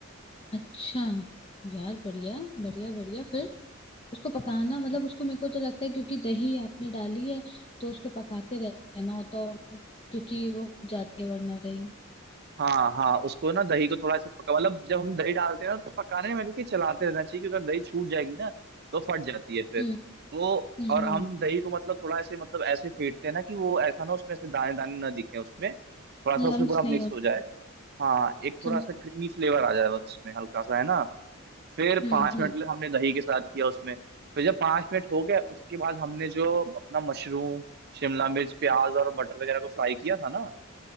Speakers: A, on the left; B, on the right.
A: अच्छा यार बढ़िया बढ़िया बढ़िया फिर उसको पकाना मतलब उसको मेरे को तो लगता है क्योंकि दही आपने डाली है तो उसको पकाते रहना होता होगा क्योंकि वो फट जाती है वरना दही
B: हाँ हाँ उसको ना दही को थोड़ा सा पका मतलब जब हम दही डालते हैं ना तो पकाने में देखिए चलाते रहना चाहिए क्योंकि अगर दही छूट जाएगी ना तो फट जाती है फिर
A: हम्म
B: तो
A: हम्म
B: और हम
A: हम्म
B: दही को मतलब थोड़ा ऐसे मतलब ऐसे फेंटते हैं ना कि वो ऐसा ना उसमें से दाने दाने ना दिखे उसमें थोड़ा सा
A: लम्स
B: उसमें पूरा
A: नहीं
B: मिक्स
A: होते
B: हो जाए हाँ एक
A: समझ
B: थोड़ा सा क्रीमी फ्लेवर आ जाए बस उसमें हल्का सा है ना फिर
A: हम्म
B: पाँच
A: हम्म
B: मिनट के लिए हमने दही के साथ किया उसमें फिर जब पाँच मिनट हो गए उसके बाद हमने जो अपना मशरूम शिमला मिर्च प्याज और मटर वगैरह को फ्राई किया था ना